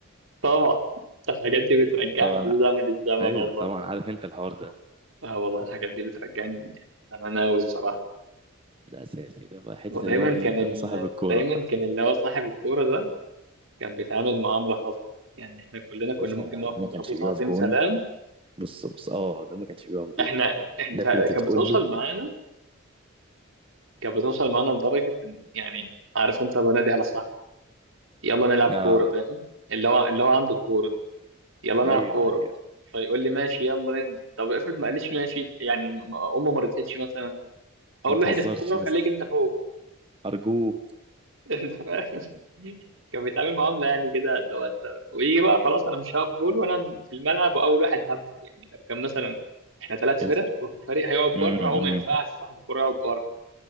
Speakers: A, on the right (about 65°); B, on the right (about 25°).
A: طبعا الحاجات دي بترجعني
B: طبعا
A: لزمن
B: ع-
A: الزمن
B: ايوه
A: والله
B: طبعا عارف انت الحوار ده
A: اه والله الحاجات دي بترجعني زمان أوي الصراحه
B: ده اساسي ده في حتة
A: ودايما
B: اللي هو ايه
A: كان ال...
B: انا صاحب الكورة
A: دايما كان اللي هو صاحب الكوره ده كان بيتعامل معامله خاصه يعني احنا كلنا كنا
B: باشا
A: ممكن نقف
B: ده ما
A: نضرب
B: كانش
A: له
B: بيقف
A: تعظيم
B: جون
A: سلام
B: بص بص اه ده ما كانش بيقف جون
A: احنا انت
B: ده كنت
A: كانت
B: تقول
A: بتوصل
B: له
A: معانا كانت بتوصل معانا لدرجه ان يعني عارف انت بنادي على صاحبي يلا نلعب
B: اه
A: كوره فاهم اللي هو اللي هو عنده الكوره يلا نلعب
B: ايوه
A: كوره
B: ايوه
A: فيقول لي ماشي يلا ننزل طب افرض ما قاليش ماشي يعني م- امه ما رضيتش مثلا اقول
B: ما تهزرش
A: له احذف الكوره
B: يا
A: وخليك
B: اسطى
A: انت فوق
B: ارجوك
A: انت فاهم كان بيتعامل معامله يعني كده لو انت ويجي بقى خلاص انا مش هقف جول وانا في الملعب واول واحد هبدا يعني لو كان مثلا احنا ثلاث
B: <laughs> يس-
A: فرق وفي فريق هيقعد بره
B: مم،
A: هو
B: مم،
A: ما ينفعش صاحب الكوره يقعد بره